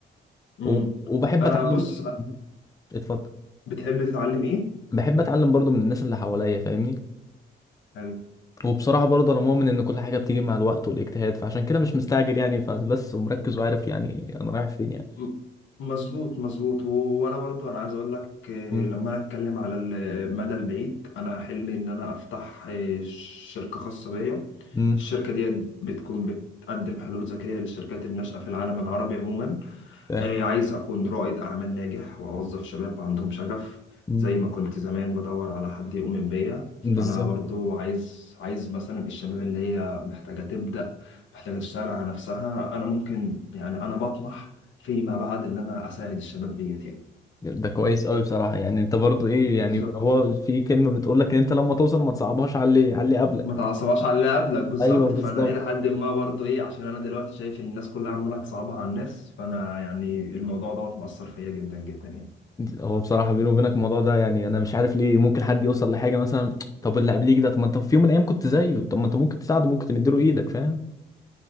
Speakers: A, on the left (about 70°); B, on the left (about 15°).
A: امم
B: و- وبحب
A: انا
B: اتعلم
A: بص
B: اتفضل
A: بتحب تتعلم ايه
B: بحب اتعلم برضو من الناس اللي حواليا فاهمني
A: يعني
B: وبصراحة برضه أنا مؤمن إن كل حاجة بتيجي مع الوقت والاجتهاد فعشان كده مش مستعجل يعني فبس ومركز وعارف يعني أنا رايح فين يعني
A: م- مظبوط مظبوط و- وانا برضو انا عايز اقول لك آه،
B: مم.
A: لما انا اتكلم على المدى البعيد انا حلمي ان انا افتح آه، شركة خاصة بيا
B: مم.
A: الشركة دي بتكون بتقدم حلول ذكية للشركات الناشئة في العالم العربي عموما
B: فاهم.
A: آه، عايز أكون رائد أعمال ناجح وأوظف شباب عندهم شغف
B: مم.
A: زي ما كنت زمان بدور على حد يؤمن بيا فأنا
B: بالظبط
A: برضو عايز عايز مثلا الشباب اللي هي محتاجة تبدأ محتاجة تشتغل على نفسها أنا ممكن يعني أنا بطمح فيما بعد اللي أنا أساعد الشباب ديت يعني
B: ده كويس قوي بصراحة يعني أنت برضه إيه يعني
A: بالظبط
B: هو في كلمة بتقول لك إن أنت لما توصل ما تصعبهاش على اللي على اللي قبلك
A: ما تعصبهاش على اللي قبلك بالظبط
B: ايوه بالظبط
A: فأنا إلى حد ما برضو إيه عشان أنا دلوقتي شايف إن الناس كلها عمالة تصعبها على الناس فأنا يعني الموضوع دوت مأثر فيا جدا جدا يعني
B: هو بصراحة بيني وبينك الموضوع ده يعني أنا مش عارف ليه ممكن حد يوصل لحاجة مثلا طب اللي قبليك ده طب ما أنت في يوم من الأيام كنت زيه طب ما أنت ممكن تساعده ممكن تديله إيدك فاهم